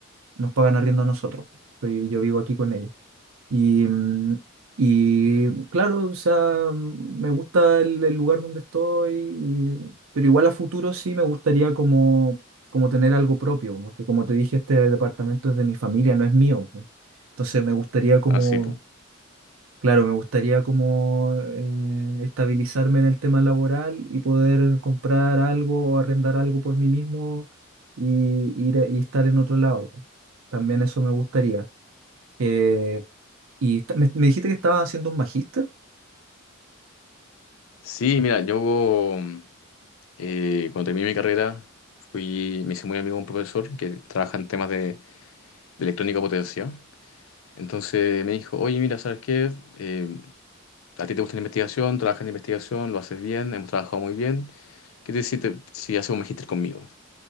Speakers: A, on the right; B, on the left.
A: nos pagan arriendo a nosotros, y yo vivo aquí con ellos. Y, mm, y claro, o sea, mm, me gusta el, el lugar donde estoy, y- pero igual a futuro sí me gustaría como, como tener algo propio, porque como te dije, este departamento es de mi familia, no es mío. pues. Entonces me gustaría como,
B: Así,
A: claro, me gustaría como eh, estabilizarme en el tema laboral y poder comprar algo o arrendar algo por mí mismo y, ir a- y estar en otro lado. pues. También eso me gustaría. Eh, y esta- me, me dijiste que estaba haciendo un magíster.
B: Sí, mira, yo mm, eh, cuando terminé mi carrera fui, me hice muy amigo de un profesor que trabaja en temas de, de electrónica potencia. Entonces me dijo, oye, mira, ¿sabes qué? Eh, a ti te gusta la investigación, trabajas en investigación, lo haces bien, hemos trabajado muy bien. ¿Qué te si, te- si haces un magíster conmigo?